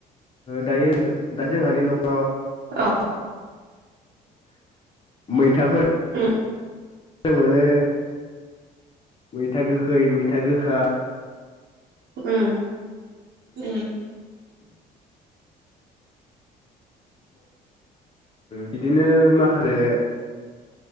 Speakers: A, on the left; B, on the right.
A: दायो दा जोंहानि न'खर
B: अ
A: मैथाफोर
B: <unintelligible>
A: मोनो मैथा गोखै मैथा गोखा
B: <unintelligible> <unintelligible>
A: बिदिनो माखासे